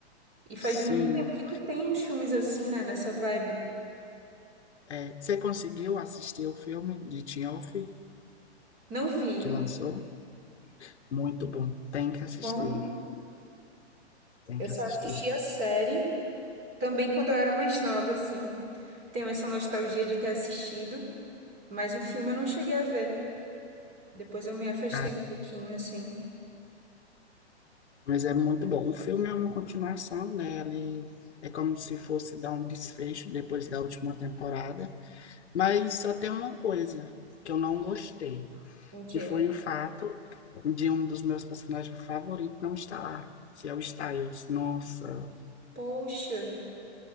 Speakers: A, on the right (about 25°); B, on the left (about 75°).
A: E faz
B: Sim,
A: muito tempo que não tem uns filmes assim, né? Nessa vibe.
B: é, você conseguiu assistir o filme de Tinhoff
A: Não vi.
B: que lançou? Muito bom, tem
A: tá
B: que assistir,
A: Bom,
B: tem
A: eu
B: que
A: só
B: assistir.
A: assisti a série. Também quando eu era mais nova, assim, tenho essa nostalgia de ter assistido, mas o filme eu não cheguei a ver. Depois eu me afastei
B: Ah,
A: um pouquinho, assim,
B: mas é muito bom. O filme é uma continuação, né? Ele é como se fosse dar um desfecho depois da última temporada, mas só tem uma coisa que eu não gostei,
A: com que
B: que
A: era.
B: foi o fato de um dos meus personagens favoritos não estar lá, que é o Styles. Nossa,
A: Poxa,